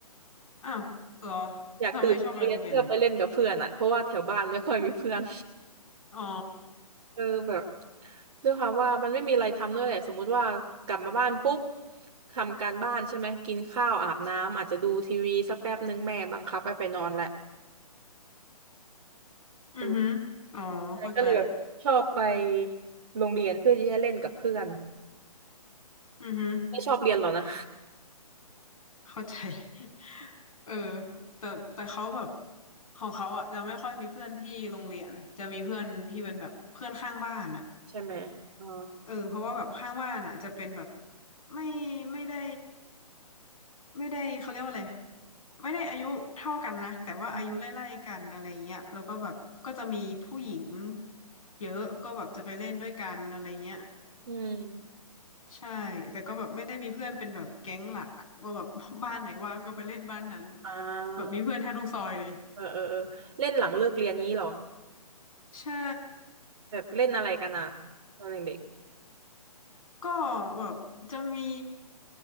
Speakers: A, on the left (about 60°); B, on the right (about 50°).
A: อ้าวเหรอ
B: อยากตื่นไปโรงเรียนเพื่อไปเล่นกับเพื่อนอะเพราะว่าแถวบ้านไม่ค่อยมีเพื่อน
A: ทำไมชอบไปโรงเรียนอ่ะอ๋อ
B: <laughs> เออแบบด้วยความว่ามันไม่มีอะไรทำด้วยแหละสมมุติว่ากลับมาบ้านปุ๊บทำการบ้านใช่ไหมกินข้าวอาบน้ำอาจจะดูทีวีสักแป๊บหนึ่งแม่บังคับให้ไปนอนแหละ
A: อือฮึ
B: เออ
A: อ๋อเข้าใจ
B: แต่ก็เลยแบบชอบไปโรงเรียนเพื่อที่จะเล่นกับเพื่อน
A: อือฮึ
B: ไม่ชอบเรียนหรอนะ
A: เข้าใจ <laughs> เออแต่แต่เขาแบบของเขาอ่ะจะไม่ค่อยมีเพื่อนที่โรงเรียนจะมีเพื่อนที่เป็นแบบเพื่อนข้างบ้านอ่ะ
B: <laughs> ใช่ไหมอ๋อ
A: เออเพราะว่าแบบข้างบ้านอ่ะจะเป็นแบบไม่ไม่ได้ไม่ได้เขาเรียกว่าอะไรไม่ได้อายุเท่ากันนะแต่ว่าอายุไล่ๆกันอะไรเงี้ยแล้วก็แบบก็จะมีผู้หญิง
B: อืม
A: เยอะก็แบบจะไปเล่นด้วยกันอะไรเงี้ย
B: อืม
A: ใช่แต่ก็แบบไม่ได้มีเพื่อนเป็นแบบแก๊งหลักอะว่าแบบ <laughs> บ้านไหนว่างก็ไปเล่นบ้านนั้น
B: อ่า
A: แบบมีเพื่อนแทบทุกซอยเลย
B: เออเออเออเล่นหลังเลิกเรียนงี้เหรอ
A: ใช่
B: แบบเล่นอะไรกันอ่ะตอนเด็ก
A: ก็แบบจะมี